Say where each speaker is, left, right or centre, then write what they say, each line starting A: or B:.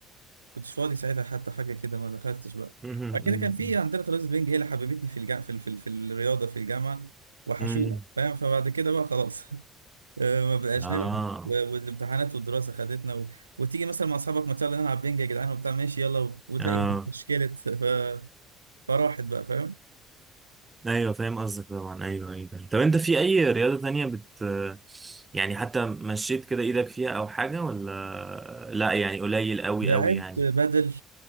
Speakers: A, on the right; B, on the right.
A: كنتش فاضي ساعتها حتى حاجة كده ما دخلتش بقى
B: امم
A: بعد كده كان في عندنا ترابيزة بينج هي اللي حببتني في الجا في ال- في ال- في الرياضة في الجامعة وحشونا
B: امم
A: فاهم فبعد كده بقى خلاص <laughs> آه، ما بقاش
B: اه
A: نلعب و- والامتحانات والدراسه خدتنا و... وتيجي مثلا مع اصحابك ما يلا نلعب بينج يا جدعان وبتاع ماشي يلا و... وتلاقي
B: اه
A: مشكله ف... فراحت بقى فاهم
B: ايوه فاهم قصدك طبعا ايوه ايوه طب انت في اي رياضة تانية بت يعني حتى مشيت كده ايدك فيها او حاجة ولا لا يعني قليل قوي
A: لعبت
B: قوي يعني
A: بدل